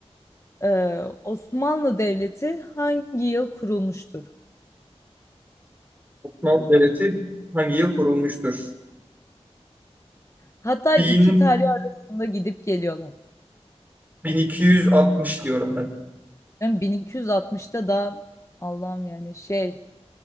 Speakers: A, on the left; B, on the right.
A: Ee, Osmanlı Devleti hangi yıl kurulmuştur?
B: Osmanlı Devleti hangi yıl kurulmuştur?
A: Hatta
B: 1000,
A: iki tarih arasında gidip geliyorlar.
B: 1260 diyorum ben.
A: Yani 1260'ta da Allah'ım yani şey